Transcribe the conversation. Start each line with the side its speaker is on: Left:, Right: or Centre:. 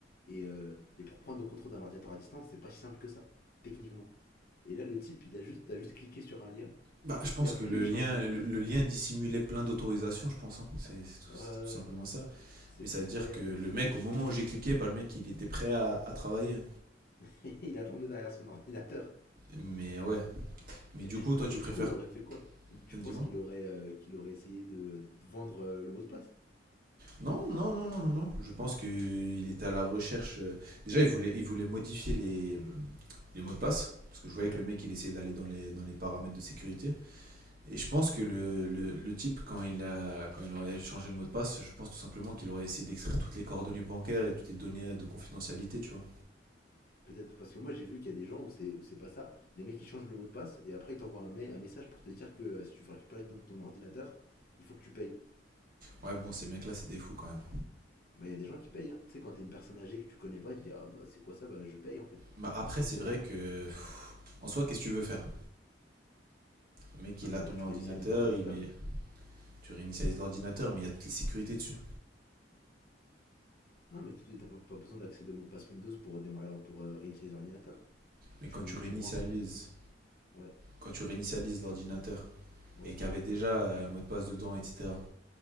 Left: Et, euh, et pour prendre le contrôle d'un ordinateur à distance, c'est pas si simple que ça, techniquement. Et là, le type, il a juste, t'as juste cliqué sur un lien
Right: Bah,
Left: et
Right: je pense
Left: <laughs> il a
Right: que
Left: voulu
Right: le
Left: changer
Right: lien,
Left: le mot de
Right: le,
Left: passe.
Right: le lien dissimulait plein d'autorisations, je pense. hein. C'est tout,
Left: Ouais,
Right: c'est
Left: ouais,
Right: tout simplement
Left: ouais,
Right: ça.
Left: c'est
Right: Mais ça
Left: incroyable.
Right: veut dire que le mec, au moment où j'ai cliqué, bah, le mec, il était prêt à, à travailler.
Left: <laughs> il attendait derrière son ordinateur.
Right: Mais ouais. Mais
Left: Et,
Right: du coup, toi, tu
Left: et
Right: préfères.
Left: du coup, il aurait fait quoi Il- Tu
Right: Dis-moi.
Left: penses qu'il aurait, euh, qu'il aurait essayé de, de te vendre euh, le mot de passe
Right: Non, non, non, non, non. Je pense qu'il était à la recherche. euh, Déjà, il voulait, il voulait modifier les, les mots de passe. Parce que je voyais
Left: Ah ouais
Right: que le mec, il essayait d'aller dans les, dans les paramètres de sécurité. Et je pense que le, le- le type, quand il, a, quand il aurait changé le mot de passe, je pense tout simplement qu'il aurait essayé d'extraire toutes les coordonnées bancaires et toutes les données de confidentialité, tu vois.
Left: Peut-être. Parce que moi, j'ai vu qu'il y a des gens où c'est où c'est pas ça. Les mecs, ils changent le mot de passe et après, ils t'envoient un, mail- un message pour te dire que euh, si tu veux récupérer ton, ton ordinateur, il faut que tu payes.
Right: Ouais, bon, ces mecs-là, c'est des fous quand même.
Left: Bah, il y a des gens qui payent. hein. Tu sais, quand t'es une personne âgée que tu connais pas, tu dis Ah, bah, c'est quoi ça Bah, je paye en fait.
Right: Bah, après,
Left: Ils pensent
Right: c'est
Left: que c'est.
Right: vrai que. En soi, qu'est-ce que tu veux faire Le mec, il
Left: Non, mais
Right: a
Left: en
Right: ton
Left: vrai, tu
Right: ordinateur,
Left: réinitialises l'ordinateur.
Right: il met... tu réinitialises l'ordinateur, mais il y a toutes les sécurités dessus.
Left: Non, mais t'as pas, pas besoin d'accéder au mot de passe Windows pour démarrer l'or- pour euh, réinitialiser l'ordinateur.
Right: Mais
Left: Tu,
Right: quand tu réinitialises,
Left: tu branches une. Ouais,
Right: quand tu réinitialises l'ordinateur
Left: ouais,
Right: et qu'il y avait déjà un mot de passe dedans, etc.,